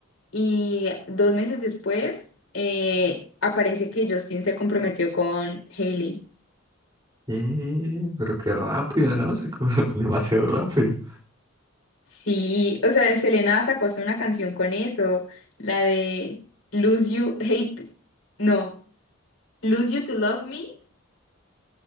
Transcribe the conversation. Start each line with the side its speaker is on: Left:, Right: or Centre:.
Left: Y dos meses después eh, aparece que Justin se comprometió con Hailey.
Right: Eh, pero qué rápido, ¿no? Se co- <laughs> demasiado rápido.
Left: Sí, o sea, Selena sacó hasta una canción con eso, la de Lose You, Hate, no, Lose You to Love Me,